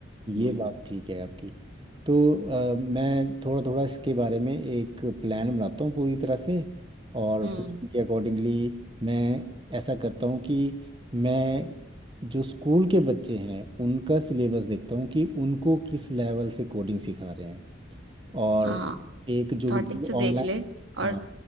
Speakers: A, on the right (about 25°); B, on the right (about 75°).
A: ये
B: हम्म
A: बात ठीक है आपकी तो अ, मैं थोड़ा थोड़ा इसके बारे में एक प्लान बनाता हूँ पूरी तरह से और
B: हम्म
A: प्लान के अकॉर्डिंगली मैं ऐसा करता हूँ कि मैं जो स्कूल के बच्चे हैं उनका सिलेबस देखता हूँ कि उनको किस लेवल से कोडिंग सिखा रहे हैं और
B: हाँ
A: एक
B: स्टार्टिंग
A: जो
B: से देख
A: ऑनलाइन
B: ले और
A: हाँ